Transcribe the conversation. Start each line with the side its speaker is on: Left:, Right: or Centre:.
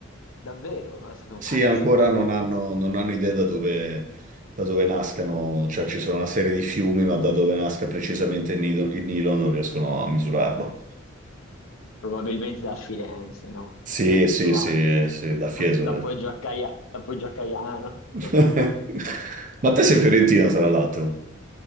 Left: Davvero, non la sapevo
Right: Sì,
Left: mai, questa
Right: ancora
Left: nota
Right: non
Left: bella.
Right: hanno, non hanno idea da dove, da dove nascano, cioè ci sono una serie di fiumi, ma da dove nasca precisamente il Nilo, il Nilo non riescono a misurarlo.
Left: Probabilmente da Firenze, no?
Right: Sì,
Left: Cioè,
Right: sì,
Left: probabile.
Right: sì, sì, da Fiesole.
Left: <laughs> Da Poggio a Caia- da Poggio a Caiano.
Right: <laughs>
Left: <laughs>
Right: Ma te sei fiorentino, tra l'altro.